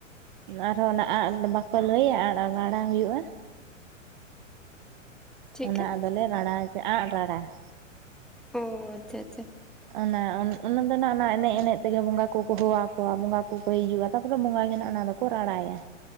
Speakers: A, on the right; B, in the centre.
A: ᱟᱨᱦᱚᱸ ᱚᱱᱟ ᱟᱜ ᱵᱟᱠᱚ ᱞᱟᱹᱭᱟ ᱟᱜ ᱨᱟᱲᱟ ᱦᱩᱭᱩᱜᱼᱟ ᱾
B: ᱪᱮᱫ
A: ᱚᱱᱟ
B: ᱠᱟ
A: ᱟᱫᱚᱞᱮ ᱨᱟᱲᱟ ᱟᱸᱜ ᱨᱟᱲᱟ ᱾
B: ᱚ ᱟᱪᱪᱷᱟ ᱟᱪᱪᱷᱟ ᱾
A: ᱚᱱᱟ ᱚᱱᱟ ᱫᱚ ᱱᱟᱦᱟᱜ ᱚᱱᱟ ᱮᱱᱮᱡ ᱮᱱᱮᱡ ᱛᱮᱜᱮ ᱵᱚᱸᱜᱟ ᱠᱚᱠᱚ ᱦᱚᱦᱚᱣᱟᱠᱚᱣᱟ ᱵᱚᱸᱜᱟ ᱠᱚᱠᱚ ᱦᱤᱡᱩᱜᱼᱟ ᱛᱟᱯᱚᱨᱮ ᱵᱚᱸᱜᱟ ᱜᱮ ᱱᱟᱜ ᱚᱱᱟ ᱫᱚ ᱠᱚ ᱨᱟᱲᱟᱭᱟ